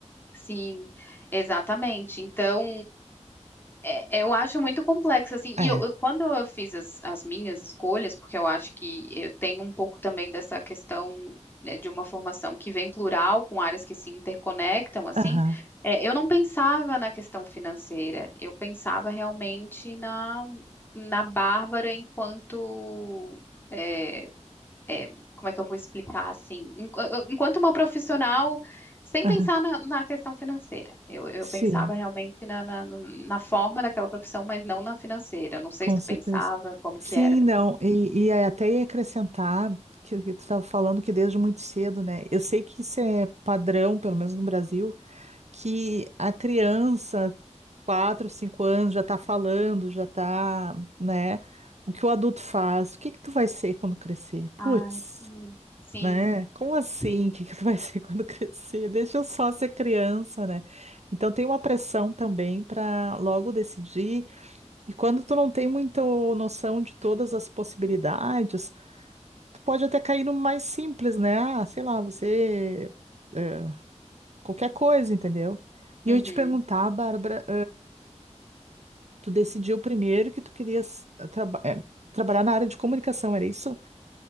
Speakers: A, on the left; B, on the right.
A: Sim, exatamente. Então, é- eu acho muito complexo, assim, e
B: É.
A: eu, eu- quando eu fiz as, as minhas escolhas, porque eu acho que eu tenho um pouco também dessa questão, né, de uma formação que vem plural, com áreas que se interconectam, assim,
B: Aham,
A: é, eu não pensava na questão financeira, eu pensava realmente na, na Bárbara enquanto. é, é, como é que eu vou explicar assim? Enqu- Enquanto uma profissional, sem
B: aham.
A: pensar na, na questão financeira. Eu, eu
B: Sim,
A: pensava realmente na, na, na forma daquela profissão, mas não na financeira. Eu não sei
B: com
A: se tu
B: certeza.
A: pensava, como
B: Sim,
A: que era para
B: não,
A: ti.
B: e, e aí até ia acrescentar que, que tu estava falando que desde muito cedo, né? Eu sei que isso é padrão, pelo menos no Brasil, que a criança quatro, cinco anos, já tá falando, já tá, né? O que o adulto faz? O que que tu vai ser quando crescer?
A: Ai,
B: Putz,
A: sim, sim,
B: né? Como assim?
A: sim.
B: O que que tu vai <laughs> ser quando crescer? Deixa eu só ser criança, né? Então tem uma pressão também para logo decidir. E quando tu não tem muita noção de todas as possibilidades, tu pode até cair no mais simples, né? Ah, sei lá, você é, qualquer coisa, entendeu? E
A: Uhum.
B: eu ia te perguntar, Bárbara, Tu decidiu primeiro que tu querias eh, traba- eh, trabalhar na área de comunicação, era isso?